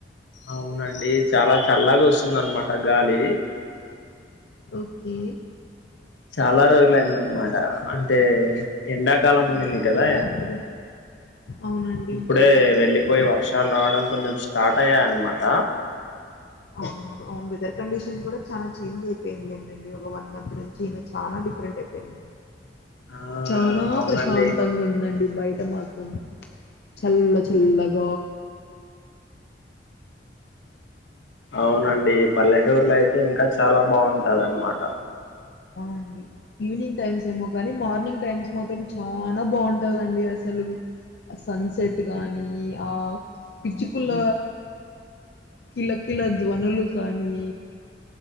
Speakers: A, on the left; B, on the left.
A: అవునండి చాలా చల్లగా వస్తుంద అన్నమాట గాలి
B: ఓకే
A: చాలా రోజులయిందన్నమాట
B: అవును.
A: అంటే ఎండాకాలం
B: ఓకే.
A: ఉన్నింది
B: అవునండి
A: కదా
B: ఇప్పుడు. అవునండి.
A: ఇప్పుడే
B: అవును.
A: వెళ్ళిపోయి వర్షాలు రావడం కొంచెం స్టార్ట్ అయ్యాయి అన్నమాట.
B: అవునవును అవును వెదర్ కండిషన్ కూడా చాలా చేంజ్ అయిపోయిందింటండి. ఒక వన్ మంత్ నుంచిమె చాలా డిఫరెంట్ అయిపోయింది
A: ఆ
B: చాల
A: అవునండి
B: ప్రశాంతంగా ఉందండి బయ ట మాత్రం చల్ల చల్లగ
A: అవునండి పల్లెటూరులో అయితే ఇంకా చాలా బావుంటది అన్నమాట.
B: అండి ఈవినింగ్ టైమ్స్ ఏమో కానీ మార్నింగ్ టైమ్స్ మాత్రం చాలా బావుంటాదండి అసలు సన్సెట్ గాని ఆ పిచ్చుకుల కిలకిల ధ్వనులు కానీ